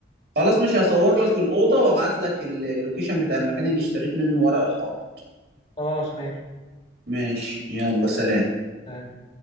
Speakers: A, on the right; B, on the left.
A: خلاص مش هصور لك الاوضه وابعت لك ال- اللوكيشن بتاع المكان اللي اشتريت منه ورق الحائط
B: خلاص ماشي
A: ماشي يلا سلام
B: تمام.